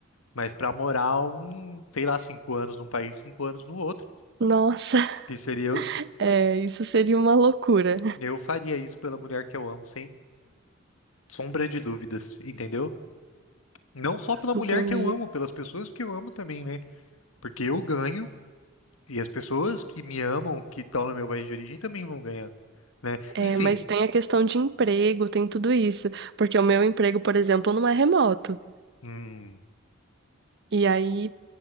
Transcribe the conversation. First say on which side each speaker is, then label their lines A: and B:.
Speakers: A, on the left; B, on the right.
A: Mas pra morar um, sei lá, cinco anos num país, cinco anos no outro.
B: Nossa, <laughs>
A: Que seria, eu,
B: é, isso seria uma loucura.
A: eu faria isso pela mulher que eu amo, sem sombra de dúvidas, entendeu? Não só pela mulher
B: Entendi.
A: que eu amo, pelas pessoas que eu amo também, né? Porque eu ganho e as pessoas que me amam, que estão no meu país de origem, também vão ganhar, né?
B: É,
A: Enfim.
B: mas tem a questão de emprego, tem tudo isso. Porque o meu emprego, por exemplo, não é remoto.
A: hum,
B: E aí